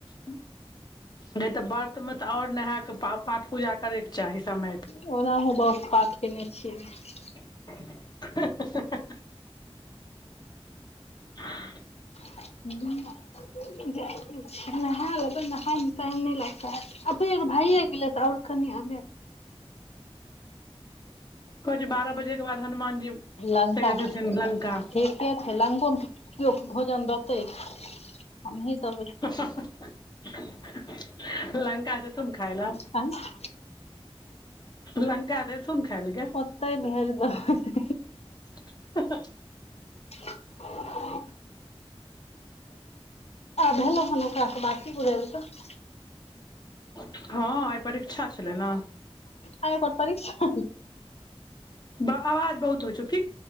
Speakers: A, on the left; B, on the left.
A: उँ नहि तऽ व्रतमे तऽ आओर नहा क पाठ पूजा करैके चाही समय छल श ल ऋ
B: बहुत पाठ कयने छियै धरोहर
A: <inaudible> <inaudible>
B: <inaudible> नहाय लेतै नहाायमे टाइम नहि लगतै अति अहिं भाइए गेलै तऽ आओर कनि अबे
A: कह छै बारह बजे के बाद हनुमान जी
B: लंका
A: चलि जाइत
B: के
A: छथिन लंका
B: छै लंको मे त कियो भोजन देतै हम सही देबै
A: हँ हँ हँ लंका जेतुन खाय ले
B: अहँ
A: लङका स एथुन खाय ले गे
B: <unintelligible>
A: <unintelligible>
B: <unintelligible> भेलो हन ओकरा सन बात कि भेलै ओत
A: हँ आइ परीक्षा छलै ने,
B: आइ ओकर परीक्षा
A: ब आवाज बहुत होइछौ